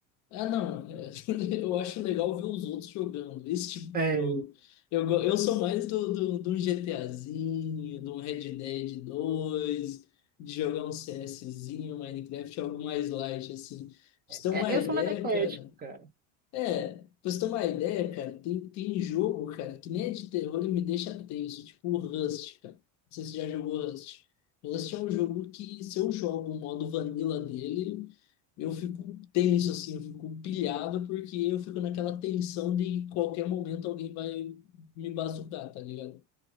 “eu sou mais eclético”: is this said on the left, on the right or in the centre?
Right